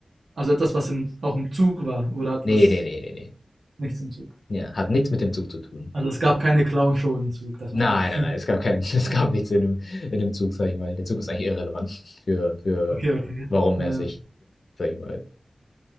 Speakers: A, on the right; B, on the left.
A: Also etwas, was im, auch im Zug war. Oder hatte
B: Nee,
A: das
B: nee, nee, nee, nee.
A: nichts im Zug?
B: Ja, hat nichts mit dem Zug zu tun.
A: Also es gab keine Clown-Show im Zug, das
B: Nein,
A: meine ich. <laughs>
B: nein, nein, es gab keinen, <laughs> es gab nichts in dem, in dem Zug, sag ich mal. Der Zug ist eigentlich irrelevant für, für,
A: Okay, okay.
B: warum
A: Ähm,
B: er sich, sag ich mal.